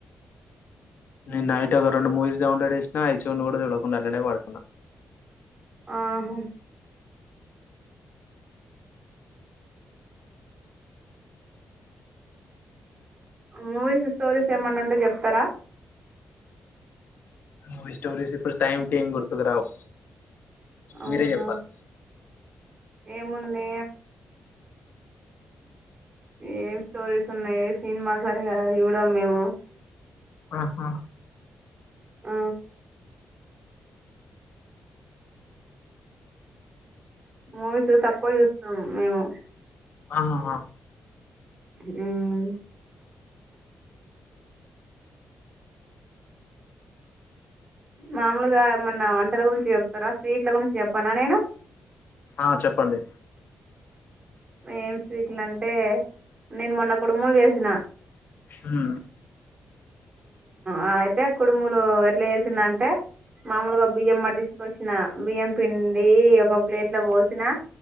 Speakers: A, on the left (about 60°); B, on the right (about 35°).
A: నేను నైట్ ఒక రెండు మూవీస్ డౌన్లోడ్ చేసినా అయి చూన్ కూడా చూడకుండా అట్లనే పడుకున్న
B: ఆహా మూవీస్ స్టోరీస్ ఏమన్నా ఉంటే చెప్తారా
A: మూవీస్ స్టోరీస్ ఇప్పుడు టైం కి ఏం గుర్తుకురావు
B: అవునా
A: మీరే చెప్పాలి
B: ఏముంది ఏం స్టోరీస్ ఉన్నాయి సినిమా సరిగా చూడం మేము
A: ఆహా
B: ఆ మూవీసు తక్కువ చూస్తాం మేము
A: ఆ హ హా
B: హ్ం మామూలుగా ఏమన్న వంటల గురించి చెప్తారా స్వీట్ల గురించి చెప్పానా నేను
A: ఆ చెప్పండి
B: ఏం స్వీట్లంటే నేను మొన్న కుడుములు చేసిన
A: హ్మ్
B: ఆ అయితే కుడుములు ఎట్లా చేేసింన్నంటే మాముూలుగా బియ్యం పట్టి పోషిన బియ్యం పిండి ఒక ప్లేట్ల పోసిన